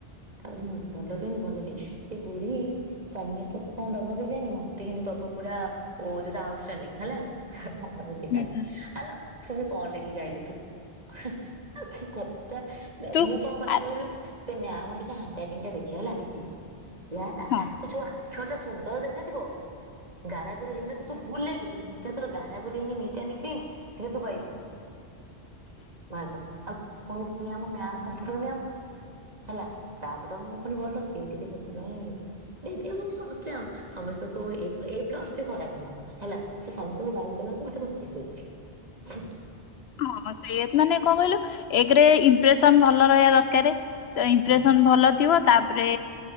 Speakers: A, on the right; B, on the left.
A: ତାପରେ କିନ୍ତୁ ଭଲ ଭଲ ଦିଏନି ଭଲ ଦିଏ। ସେ ବୁଢୀ ସମେସ୍ତେ କଣ ଦବ କେଜାଣି ମତେ କିନ୍ତୁ ଦବ। ପୁରା ଓ ଯୋଉଟା ଆଉଟଷ୍ଟାଣ୍ଡିଂ ହେଲା ହ ସମ ସମ ଚିଲାତି
B: ହୁଁ ହୁଁ
A: ଆଲୋ ସୁମି କଣ ଲେଖିକି ଆଇଲୁ ତୁ। ହେଁ ଆଉ କି କ ତା ଆ
B: ତୁ
A: ମୁଁ କଣ କଲେ
B: ଆ
A: କହିଲୁ ସେ ମ୍ୟାମ ଟିକେ ହାଣ୍ଡରାଇଟିଂ ଟା ଦେଖେ ହେଲା ବେଶୀ। ଯାହା ତା
B: ହଁ।
A: ତାକୁ ଯୋଉ ଆକ୍ଷ ଟା ସୁନ୍ଦର ଦେଖାଯିବ। ଗାରା ଗୋରି ହେଇ ନ ଥି ତୁ ଭୁଲ ରେ କିଛି <unintelligible> ଭିତରେ ତୋର ଗାରା ଗରି ହେଇନି ନି ଟି ଆନି କ୍ଲିନ ସେ ତୁ ପାଇବୁ। ମାର୍କ ଆଉ ପୁଣି ସିଏ ଆମ ମ୍ୟାମ କମ୍ପୁଟର ମ୍ୟାମ ହେଲା। ତା ସହିତ ମୁଁ ପୁଣି ଭଲ ସିଏ ଟିକେ ସେଥିପାଇଁ ଦେଇ ଦିଏ ମ ତ ମତେ ଆଉ ସମସ୍ତଙ୍କୁ ଏ ଏ ପ୍ଲସ ବି ଖରାପ ନୁହଁ ହେଲା ସେ ସମସ୍ତଙ୍କୁ ବାଇଶି ଦେଲା ବେଳକୁ ମତେ ପ ଚିଶି ଦେଇ ଦିଏ ହୁଁ।
B: ହଁ ସେଇ ମାନେ କଣ କହିଲୁ ଏକେରେ ଇମ୍ପ୍ରେସନ ଭଲ ରହିଆ ଦରକାରେ। ତ ଇମ୍ପ୍ରେସନ
A: ହଁ
B: ଭଲ ଥିବ। ତାପରେ